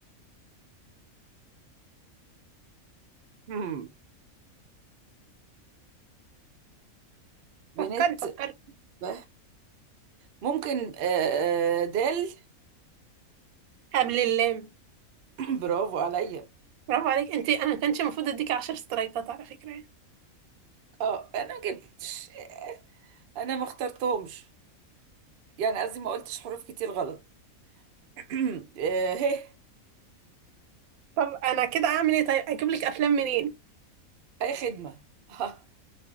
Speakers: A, on the right; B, on the right.
A: مم. بنت
B: فكري فكري
A: ب ممكن آه، آه، دال
B: قبل اللام
A: <clears throat> برافو عليا
B: برافو عليك انت انا كانش المفروض اديك عشر سترايكات على فكره يعني.
A: اه انا ما جبتش آه، انا ما اخترتهمش يعني قصدي ما قلتش حروف كتير غلط <clears throat> آه، هه
B: طب انا كده اعمل ايه طيب اجيب لك افلام منين
A: اي خدمة ها